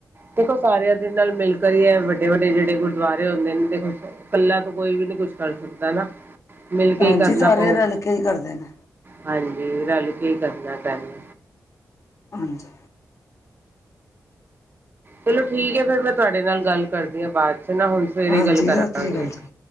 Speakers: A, on the right; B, on the left.
A: ਦੇਖੋ ਸਾਰਿਆਂ ਦੇ ਨਾਲ ਮਿਲ ਕਰੀਏ ਵੱਡੇ ਵੱਡੇ ਜਿਹੜੇ ਗੁਰਦੁਆਰੇ ਹੁੰਦੇ ਨੇ ਦੇਖੋ ਕੱਲਾ ਤੋਂ ਕੋਈ ਵੀ ਨੀ ਕੁਛ ਕਰ ਸਕਦਾ ਨਾ ਮਿਲ ਕੇ
B: ਹਾਂਜੀ
A: ਹੀ ਕਰਨਾ
B: ਸਾਰੇ
A: ਪਊ
B: ਰਲ ਕੇ ਹੀ ਕਰਦੇ ਨੇ
A: ਹਾਂਜੀ ਰਲ ਕੀ ਕਰਨਾ ਪੈੂੰ
B: ਹਾਂਜੀ
A: ਚਲੋ ਠੀਕ ਹੈ ਫੇਿਰ ਮੈਂ ਤੁਹਾਡੇ ਨਾਲ ਗੱਲ ਕਰਦੀ ਹਾਂ ਬਾਅਦ ਚ ਨਾ ਹੁਣ ਸਵੇਰੇ
B: ਹਾਂਜੀ
A: ਗੱਲ ਕਰਾਂਗੇ
B: ਸਤਿ ਸ੍ਰੀ ਅਕਾਲ ਜੀ